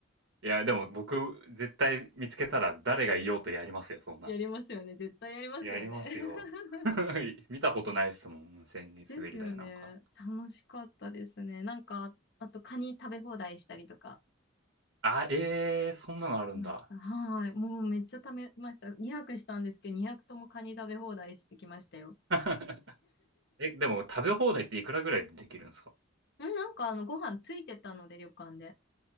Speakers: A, on the right; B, on the left.
A: いや、でも僕、絶対見つけたら誰がいようとやりますよ、そんな。
B: やりますよね。絶対やりますよね。
A: やりますよ。
B: <laughs>
A: <laughs> 見たことないっすもん、温泉に滑り台なんか。
B: ですよね。楽しかったですね。なんか、あとカニ食べ放題したりとか
A: あ、ええそんなのあるんだ。
B: しました。はーい。もうめっちゃ食べました。2 0したんですけど、2 0ともカニ食べ放題してきましたよ。<laughs>
A: <laughs> え、でも食べ放題っていくらぐらいでできるんですか
B: んなんかあの、ご飯ついてたので、旅館で。